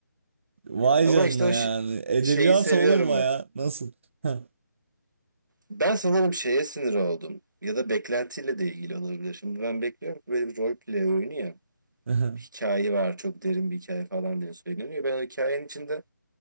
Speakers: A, on the right; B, on the right.
A: Vay
B: Ama
A: canına
B: işte o
A: yani.
B: ş-
A: Edebiyat
B: şeyi seviyorum
A: oğlum ya.
B: ben.
A: Nasıl? Ha.
B: Ben sanırım şeye sinir oldum. Ya da beklentiyle de ilgili olabilir. Şimdi ben bekliyorum ki böyle bir rol play oyunu ya.
A: <laughs>
B: Hikaye var, çok derin bir hikaye falan diye söyleniyor. Ben o hikayenin içinde